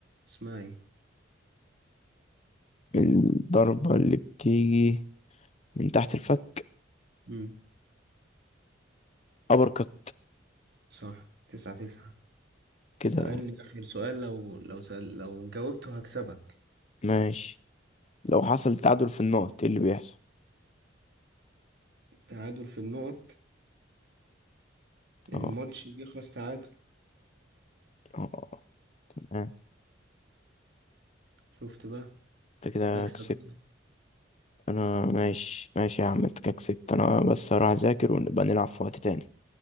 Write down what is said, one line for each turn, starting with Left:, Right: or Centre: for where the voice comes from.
Right: اسمها ايه؟
Left: الضربة اللي بتيجي من تحت الفك
Right: مم.
Left: أبر كت
Right: صح تسعة تسعة
Left: كده
Right: سألني آخر سؤال لو لو سأل لو جاوبته هكسبك
Left: ماشي لو حصل تعادل في النقط ايه اللي بيحصل
Right: تعادل في النقط
Left: اه
Right: الماتش بيخلص تعادل
Left: اه آه.
Right: شفت بقى
Left: انت كده
Right: هكسب
Left: كسبت
Right: أنا.
Left: انا ماشي ماشي يا عم انت كده كسبت انا بس هروح اذاكر ونبقى نلعب في وقت تاني